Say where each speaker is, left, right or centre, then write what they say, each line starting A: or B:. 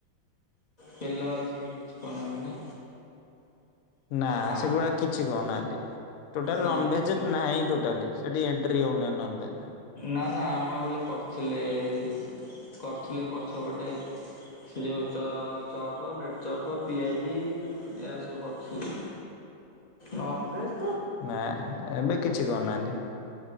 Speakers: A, on the left; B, on the left.
A: ତେଲ ଭାଜି କି କେଛି କରୁନାହାନ୍ତି ନା?
B: ନା
A: ଆମ
B: ସେଗୁଡା କିଛି କରୁନାହାନ୍ତି। ଟୋଟାଲ
A: ନା
B: ନନଭେଜ୍ ନାହିଁ ଟୋଟାଲି। ସେଠି ଏଣ୍ଟ୍ରି ହଉ ନାଇ ନନଭେଜ୍।
A: ନା ନା ଆମ ବେଳେ କରୁଥିଲେ । କରିଥିଲେ ପ ଛ ପଟେ ସେ ଯୋଉ ଚ ଚପ୍ ବ୍ରେଡ଼୍ ଚପ୍ ପିଆଜି ଏରା ସବୁ କରଥିଲି। ନନଭେଜ୍
B: ନା ଏବେ କିଛି କରୁନାହାନ୍ତି।